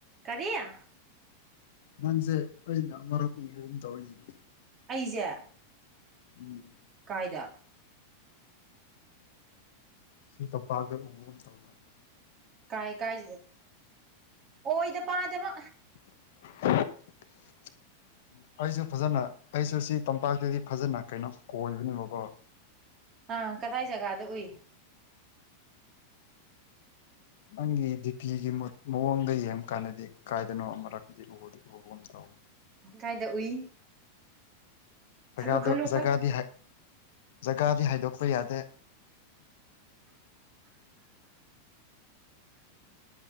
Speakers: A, on the right (about 30°); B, on the left (about 55°).
A: ꯀꯔꯤꯌꯥ
B: ꯅꯪꯁꯦ ꯑꯩꯅ ꯃꯔꯨꯞ ꯎꯕꯒꯨꯝ ꯇꯧꯔꯤꯅꯤ
A: ꯑꯩꯁꯦ
B: ꯎꯝ
A: ꯀꯥꯏꯗ
B: ꯁꯤ ꯇꯝꯄꯥꯛꯠ ꯎ ꯈꯔ ꯒꯨꯝ ꯇꯧꯕ
A: ꯀꯥꯏ ꯀꯥꯏ ꯑꯣꯏꯗ ꯄꯥꯗꯕ
B: <inaudible> ꯑꯩꯁꯨ ꯐꯖꯅ ꯑꯩꯁꯨ ꯁꯤ ꯇꯝꯄꯥꯛꯇꯗꯤ ꯐꯖꯅ ꯀꯩꯅꯣ ꯀꯣꯏꯕꯅꯦꯕꯀꯣ
A: ꯑꯥ ꯀꯗꯥꯏ ꯖꯒꯥꯗ ꯎꯏ
B: ꯅꯪꯒꯤ ꯗꯤꯄꯤꯒꯤꯨꯠ ꯃꯑꯣꯡꯗ ꯌꯦꯡꯕ ꯀꯥꯟꯗꯗꯤ ꯀꯥꯏꯗꯅꯣ ꯑꯃꯛꯇꯗꯤ ꯎ ꯎꯕ ꯑꯃ ꯇꯧꯋ
A: ꯀꯥꯏꯗ ꯎꯏ ꯈꯜꯂꯨ
B: ꯖ
A: ꯈꯜꯂꯨ
B: ꯖꯒꯥꯗꯤ
A: ꯈꯜ
B: ꯖꯒꯥꯗꯤ ꯍꯥꯏꯗꯣꯛꯄ ꯌꯥꯗꯦ